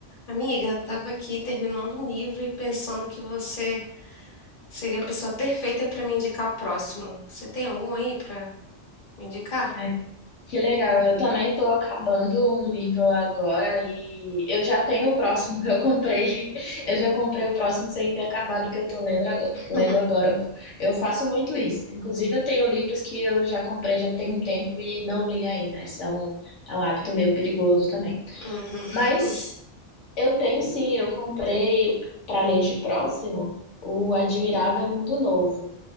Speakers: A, on the left (about 50°); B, on the left (about 80°).
A: Amiga, eu tava aqui terminando um livro e pensando que você seria a pessoa perfeita para me indicar o próximo. Você tem algum aí para me indicar?
B: Ai, que legal. Eu também estou acabando um livro agora e eu já tenho o próximo. <laughs> Eu comprei, eu já comprei o próximo sem ter acabado o que eu estou lendo agora.
A: <laughs>
B: Lendo agora. Eu faço muito isso. Inclusive, eu tenho livros que eu já comprei já tem um tempo e não li ainda. Isso é um, é um hábito meio perigoso também.
A: Uhum.
B: Mas eu tenho sim, eu comprei para ler de próximo o Admirável Mundo Novo.